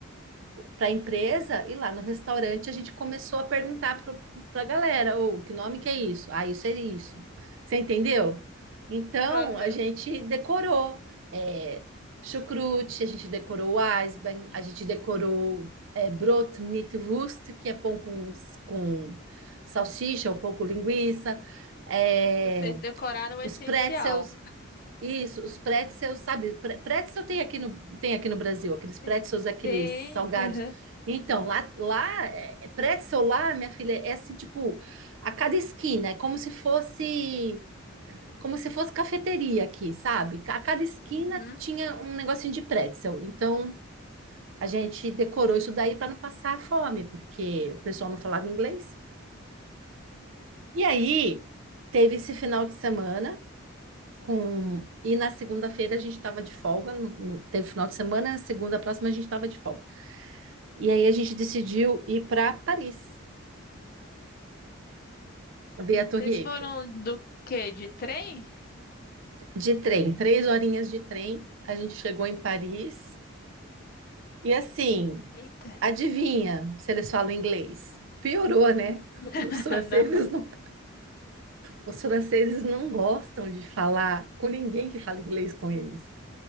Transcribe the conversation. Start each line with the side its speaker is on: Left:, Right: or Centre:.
Right: para a empresa e lá no restaurante a gente começou a perguntar para a galera, ou que nome que é isso? Ah, isso é isso. Você entendeu? Então
Left: Aham.
Right: a gente decorou é, chucrute, a gente decorou Eisbein, a gente decorou é, Brot mit Wurst, que é pão com, com salsicha ou pão com linguiça, é,
Left: Vocês decoraram o
Right: os
Left: essencial.
Right: pretzels, isso, os pretzels, sabe? pre- Pretzel tem aqui no, tem aqui no Brasil, aqueles pretzels,
Left: Te-
Right: aqueles
Left: Tem.
Right: salgados.
Left: aham.
Right: Então, lá, lá, é- é pretzel lá, minha filha, é assim, tipo, a cada esquina, é como se fosse, como se fosse cafeteria aqui, sabe? A cada esquina
Left: Uhum.
Right: tinha um negocinho de pretzel. Então, a gente decorou isso daí para não passar fome, porque o pessoal não falava inglês. E aí, teve esse final de semana. com e na segunda-feira a gente estava de folga, no, no- teve final de semana, na segunda próxima a gente estava de folga. E aí a gente decidiu ir para Paris, ver a Torre
Left: Vocês
Right: Eiffel.
Left: foram do quê? De trem?
Right: De trem, três horinhas de trem, a gente chegou em Paris. E assim,
Left: Eita.
Right: adivinha se eles falam inglês? Piorou, né?
Left: <laughs>
Right: Os franceses
Left: Não.
Right: não, os franceses não gostam de falar com ninguém que fala inglês com eles.